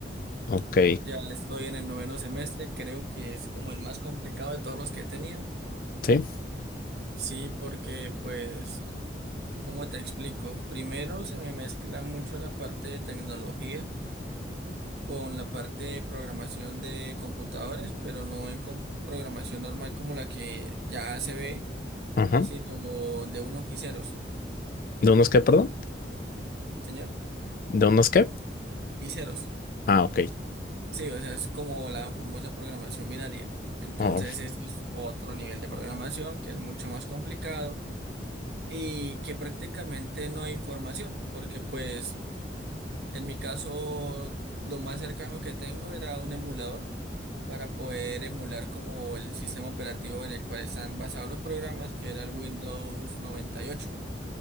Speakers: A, on the left; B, on the right.
A: ok,
B: Ya estoy en el noveno semestre, creo que es como el más complicado de todos los que he tenido.
A: sí,
B: Sí, porque pues, ¿cómo te explico? Primero se me mezcla mucho la parte de tecnología con la parte de programación de computadores, pero no en com- programación normal como la que ya se ve,
A: ajá.
B: sino de unos y ceros,
A: ¿De unos qué, perdón?
B: señor,
A: ¿De unos qué?
B: y ceros.
A: Ah, ok.
B: Sí, o sea, es como la famosa programación binaria. Entonces,
A: Oh,
B: eso es otro nivel de programación que es mucho más complicado y que prácticamente no hay información, porque pues en mi caso lo más cercano que tengo era un emulador para poder emular como el sistema operativo en el cual están basados los programas, que era el Windows 98.